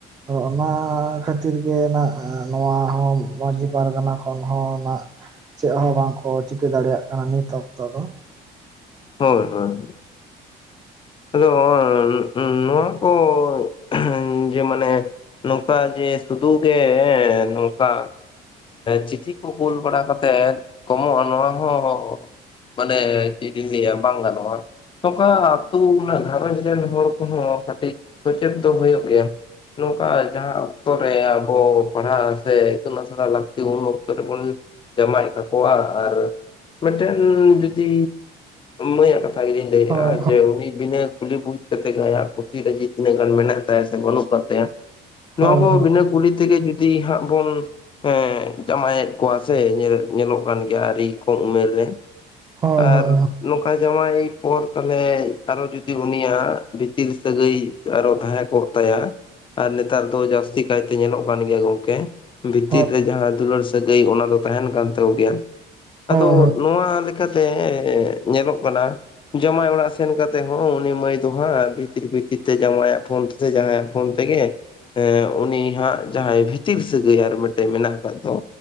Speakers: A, on the right; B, on the left.
A: ᱚᱱᱟ ᱠᱷᱟᱹᱛᱤᱨ ᱜᱮ ᱱᱟᱦᱜ ᱱᱚᱣᱟ ᱦᱚᱸ ᱢᱟᱺᱡᱷᱤ ᱯᱟᱨᱜᱟᱱᱟ ᱠᱷᱚᱱ ᱦᱚᱸ ᱱᱟᱜ ᱪᱮᱫ ᱦᱚᱸ ᱵᱟᱝᱠᱚ ᱪᱤᱠᱟᱹ ᱫᱟᱲᱮᱭᱟᱜ ᱠᱟᱱᱟ ᱱᱤᱛ ᱚᱠᱛᱚ ᱫᱚ
B: ᱦᱳᱭ ᱦᱳᱭ ᱟᱫᱚ ᱦᱚᱚᱭ ᱱᱚᱣᱟᱠᱩ ᱦᱸ ᱡᱮ ᱢᱟᱱᱮ ᱱᱚᱝᱠᱟ ᱡᱮ ᱥᱩᱫᱩ ᱜᱮ ᱜᱮ ᱱᱚᱝᱠᱟ ᱪᱤᱴᱦᱤ ᱠᱚ ᱠᱚᱞ ᱵᱟᱲᱟ ᱠᱟᱛᱮᱜ ᱠᱚᱢᱚᱜᱼᱟ ᱱᱚᱣᱟ ᱦᱚᱸ ᱢᱟᱱᱮ ᱪᱮᱫ ᱞᱤᱱ ᱞᱟᱹᱭ ᱟ ᱵᱟᱝ ᱜᱟᱱᱚᱜᱼᱟ ᱱᱚᱝᱠᱟ ᱛᱩᱵᱩ ᱚᱱᱟ ᱜᱷᱟᱨᱚᱡᱽ ᱨᱮᱱ ᱦᱚᱲ ᱠᱚᱦᱚᱸ ᱠᱟᱹᱴᱤᱡ ᱥᱚᱪᱮᱛᱚᱱ ᱦᱩᱭᱩᱜ ᱜᱮᱭᱟ ᱱᱚᱝᱠᱟ ᱡᱟᱦᱟᱸ ᱚᱠᱛᱚ ᱨᱮ ᱟᱵᱚ ᱯᱟᱲᱦᱟᱜ ᱥᱮ ᱤᱛᱩᱱ ᱟᱥᱲᱟ ᱞᱟᱹᱠᱛᱤ ᱩᱱ ᱚᱠᱛᱚ ᱨᱮᱵᱚᱱ ᱡᱟᱢᱟᱭᱮᱫ ᱛᱟᱠᱚᱣᱟ ᱟᱨ ᱢᱤᱫᱴᱮᱱ ᱡᱩᱫᱤ ᱢᱟᱹᱭᱟ ᱠᱟᱛᱷᱟ ᱜᱮᱞᱤᱧ
A: ᱦᱳᱭ
B: ᱞᱟᱹᱭᱼᱟ
A: ᱦᱳᱭ
B: ᱩᱱᱤ ᱵᱤᱱᱟᱹ ᱠᱩᱞᱤ ᱵᱩᱡ ᱠᱟᱛᱮᱜ ᱜᱮ ᱟᱭᱟᱜ ᱠᱩᱥᱤ ᱨᱟᱡᱤ ᱛᱤᱱᱟᱹᱜ ᱜᱟᱱ ᱢᱮᱱᱟᱜ ᱛᱟᱭᱟ ᱥᱮ ᱵᱟᱹᱱᱩᱜ ᱟᱠᱟᱫ ᱛᱟᱭᱟ ᱱᱚᱣᱟ
A: ᱦᱳᱭ
B: ᱠᱚᱸ ᱵᱤᱱᱟᱹ ᱠᱩᱲᱤ ᱛᱮᱜᱮ ᱡᱩᱫᱤ ᱦᱟᱸᱜ ᱵᱚᱱ ᱦᱮᱸ ᱡᱟᱶᱟᱭᱮᱫ ᱠᱚᱣᱟ ᱥᱮ ᱧᱮᱞᱮ ᱧᱮᱞᱚᱜ ᱠᱟᱱ ᱜᱮᱭᱟ ᱟᱹᱰᱤ ᱠᱚᱢ ᱩᱢᱮᱨ ᱨᱮ
A: ᱦᱳᱭ
B: ᱟᱨ
A: ᱦᱳᱭ ᱦᱳᱭ
B: ᱱᱚᱝᱠᱟ ᱡᱟᱢᱟᱭ ᱮ ᱯᱚᱨ ᱛᱟᱦᱚᱞᱮ ᱟᱨᱚ ᱡᱩᱫᱤ ᱩᱱᱤᱭᱟᱜ ᱵᱷᱤᱛᱤᱞ ᱥᱟᱹᱜᱟᱹᱭ ᱟᱨᱚ ᱛᱟᱦᱮᱸ ᱠᱚᱜ ᱛᱟᱭᱟ ᱟᱨ ᱱᱮᱛᱟᱨ ᱫᱚ ᱡᱟᱹᱥᱛᱤ ᱠᱟᱭᱛᱮ ᱧᱮᱞᱚᱜ ᱠᱟᱱ ᱜᱮᱭᱟ ᱜᱚᱝᱠᱮ ᱵᱷᱤᱛᱤᱨ
A: ᱦᱳᱭ
B: ᱨᱮ ᱡᱟᱦᱟᱸ ᱫᱩᱞᱟᱹᱲ ᱥ ᱥᱟᱹᱜᱟᱹᱭ ᱚᱱᱟ ᱫᱚ ᱛᱟᱦᱮᱱ ᱠᱟᱱ ᱛᱟᱠᱚ ᱜᱮᱭᱟ
A: ᱦᱳᱭ
B: ᱟᱫᱚ
A: ᱦᱳᱭ
B: ᱱᱚᱣᱟ ᱞᱮᱠᱟᱛᱮ ᱧᱮᱞᱚᱜ ᱠᱟᱱᱟ ᱡᱟᱶᱟᱭ ᱚᱲᱟᱜ ᱥᱮᱱ ᱠᱟᱛᱮᱫ ᱦᱚᱸ ᱩᱱᱤ ᱢᱟᱹᱭ ᱫᱚ ᱦᱟᱸᱜ ᱵᱷᱤᱛᱤᱨ ᱵᱷᱤᱛᱤᱨ ᱛᱮ ᱡᱟᱶᱟᱭᱟᱜ ᱯᱷᱳᱱ ᱛᱮᱥᱮ ᱡᱟᱦᱟᱸᱭᱟᱜ ᱯᱷᱳᱱ ᱛᱮᱜᱮ ᱦᱮᱸ ᱩᱱᱤ ᱦᱟᱸᱜ ᱡᱟᱦᱟᱸᱭ ᱵᱷᱤᱛᱤᱨ ᱥᱟᱹᱜᱟᱹᱭ ᱟᱨ ᱢᱤᱫᱴᱮᱡ ᱢᱮᱱᱟᱜ ᱟᱠᱟᱫ ᱫᱚ